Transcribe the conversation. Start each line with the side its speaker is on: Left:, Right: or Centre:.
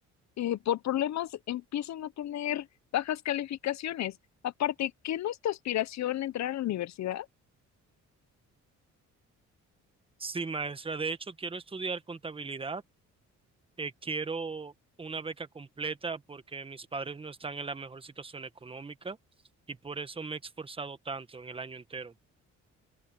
Left: eh, por problemas empiecen a tener bajas calificaciones. Aparte, ¿qué no es tu aspiración entrar a la universidad?
Right: Sí, maestra. De hecho, quiero estudiar contabilidad. Eh, quiero una beca completa porque mis padres no están en la mejor situación económica y por eso me he esforzado tanto en el año entero.